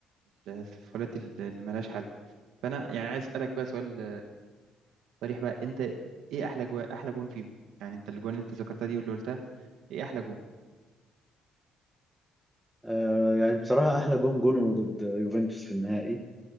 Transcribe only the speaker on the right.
الفاولات اللي ملهاش حل فانا يعني عايز اسالك بقى سؤال صريح بقى انت ايه احلى جو... احلى جون فيهم يعني انت الجون اللي انت ذكرتها دي واللي قلتها ايه احلى جون